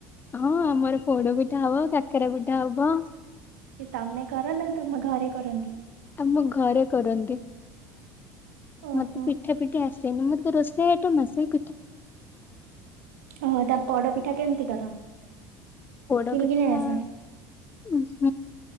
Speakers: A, on the left (about 25°); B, on the right (about 70°).
A: ହଁ ଆମର ପୋଡ ପିଠା ହବ କାକରା ପିଠା ହବ
B: କି ତମେ କର ନା ତମ ଘରେ କରନ୍ତି?
A: ଆମ ଘରେ କରନ୍ତି।
B: ଓହୋ
A: ମତେ ପିଠା ପିଠା ଆସନି ମତେ ରୋଷେଇ ସେ ଏଠୁ ମ ମାସେ
B: ଓହୋ ତା ପୋଡ ପିଠା କେମିତି କର?
A: ପୋଡ
B: କିଣିକି
A: ପିଠା
B: ନେଇ ଆସ
A: ଉ